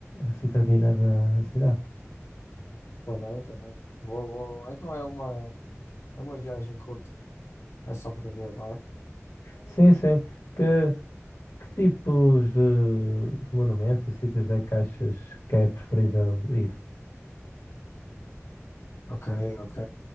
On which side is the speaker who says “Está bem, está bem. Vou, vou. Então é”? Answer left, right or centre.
Left